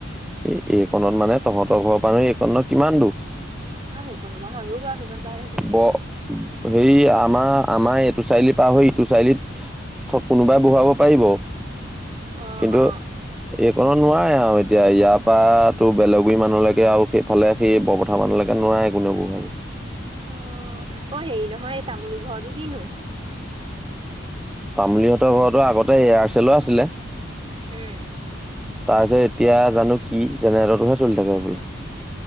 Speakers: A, in the centre; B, on the right.
A: এ এইখনত মানে তহঁতৰ ঘৰৰ পৰানুহ এইখন কিমান দখ
B: আহেই কো বাহ হয় উব হয় পাৰেক
A: ব সেই আমাৰ আমাৰ এইটো চাৰিআলি পাৰ হৈ ইটো চাৰিআলিত থ কোনোবাই বহুৱাব পাৰিব
B: অ',
A: কিন্তু
B: অ', অ',
A: এইকণত নোৱাৰে আৰু এতিয়া ইয়াৰ পৰা তো বেলেগী মানুহলৈকে আৰু সেইফালে সেই বৰপঠা মানুহলৈকে নোৱাই কোনেওবোৰ ভাব
B: অ- অ হেৰি নহয় এই তামোলীৰ ঘৰো কিনো
A: তামুলীহঁতৰ ঘৰতো আগতে এয়াৰচেলো আছিলে
B: উম,
A: তাৰপিছত এতিয়া জানো কি জেনেৰেটোহে চলি থাকে বোলা।